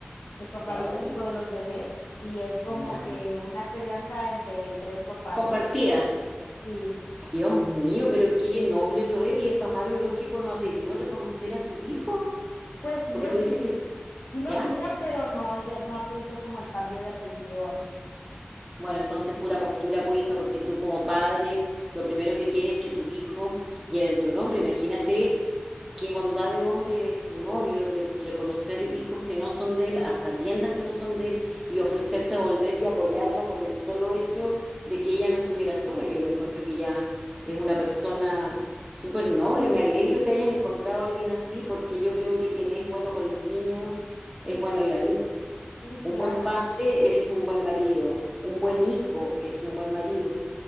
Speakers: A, on the left (about 80°); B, in the centre.
A: el papá
B: Wow.
A: biológico de los bebés y es como
B: Ya.
A: que una crianza entre tres papás,
B: Compartida.
A: ¿no? Sí,
B: Dios mío, pero qué noble lo él. ¿Y el papá biológico no ha pedido reconocer a sus hijos?
A: pues sí
B: Porque
A: los,
B: tú dices que...
A: sí los
B: ¿Ya?
A: mira, pero no, le- no ha pedido como el cambio de apellido o algo así.
B: Bueno, entonces pura postura, pues hija, porque tú como padre lo primero que quieres es que tus hijos lleven tu nombre. Imagínate qué bondad de hombre es tu novio de reconocer hijos que no son de él, a sabiendas que no son de él, y ofrecerse a volver y apoyarla por el solo hecho de que ella no estuviera sola. Yo lo encuentro que ya es una persona súper noble. Me alegro que hayas encontrado a alguien así, porque yo creo que quien es bueno con los niños es bueno en la vida.
A: Sí,
B: Un
A: claro,
B: buen padre es un buen marido, un buen hijo es un buen marido.